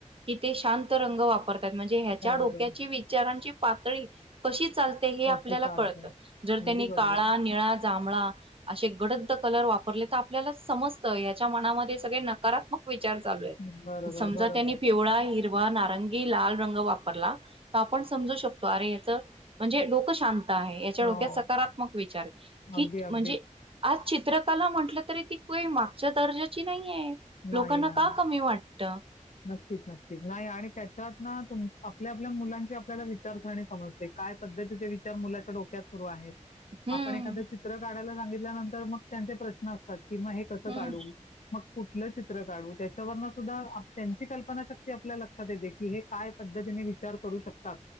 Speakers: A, on the right; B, on the left.
A: कि ते शांत रंग वापरतात म्हणजे ह्याच्या
B: बरोबर.
A: डोक्याची विचारांची पातळी कशी चालते. हे
B: त्याची
A: आपल्या
B: चालते.
A: कळत जर
B: अगदी
A: त्यांनी
B: बरोबर.
A: काळा निळा जांभळा असे गडद कलर वापरले. आपल्याला समजत याच्या मनामध्ये सगळे नकारात्मक विचार. चालू आहे
B: बरोबर,
A: समजा
B: बरोबर.
A: त्यांनी पिवळा हिरवा नारंगी लाल रंग वापर. ला आपण समू शकतो अरे याच म्हणजे डोकं शांत आहे याच्या
B: हो.
A: डोक्यात सकारात्मक खूप विचार करतो
B: अगदी,
A: म्हणजे
B: अगदीच.
A: आज चित्रकला म्हटलं तरी ती मागच्या दर्जाची नाहीये लोकांना
B: नाही, नाही.
A: का कमी वाटत.
B: नक्कीच नक्कीच नाही आणि त्याच्यात ना आपल्या आपल्या मुलांची आपल्याला विचारसरणी समजते का काय पद्धतीचे विचार मुलाच्या डोक्यात सुरू आहेत.
A: हम्म.
B: आपण एखादं चित्र काढायला सांगितल्यानंतर मग त्यांचे प्रश्न असतात. किंवा हे कसं
A: हम्म.
B: काढू मग कुठलं चित्र काढू त्याच्यावरन सुद्धा त्यांची कल्पनाशक्ती आपल्या लक्षात येते की हे काय पद्धतीने विचार करू शकत.